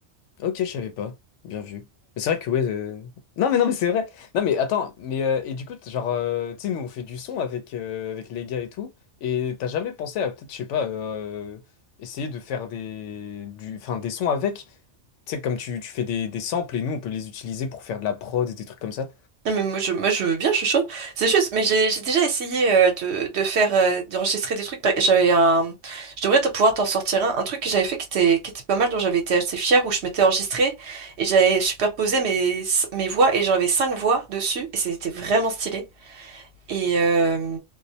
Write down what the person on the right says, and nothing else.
Non, mais moi je, moi je veux bien, je suis chaude. C'est juste, mais j'ai j'ai déjà essayé euh, de, de faire euh, d'enregistrer des trucs. Par- J'avais un, je devrais te pouvoir t'en sortir un, un truc que j'avais fait qui était qui était pas mal, dont j'avais été assez fière, où je m'étais enregistrée et j'avais superposé mes mes voix et j'avais cinq voix dessus et c'était vraiment stylé. Et euh,